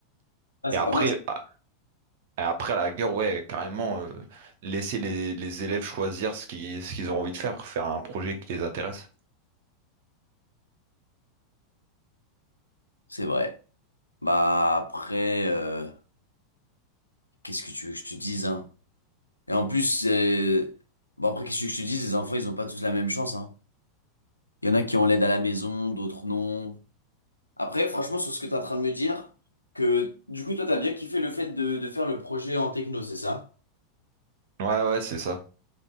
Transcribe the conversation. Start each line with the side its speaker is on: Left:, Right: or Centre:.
Left: Ah, c'est
Right: Et après,
Left: pas mal.
Right: à, et après à la gueule, ouais, carrément, euh, laisser les, les élèves choisir ce qui, ce qu'ils ont envie de faire, faire un projet qui les intéresse.
Left: C'est vrai. Bah après, euh, qu'est-ce que tu veux que je te dise, hein? Et en plus, euh, bah après, qu'est-ce que je te dise, les enfants, ils ont pas tous la même chance, hein. Il y en a qui ont l'aide à la maison, d'autres non. Après, franchement, sur ce que tu es en train de me dire, que du coup, toi, t'as bien kiffé le fait de, de faire le projet en techno, c'est ça?
Right: Ouais, ouais, c'est ça.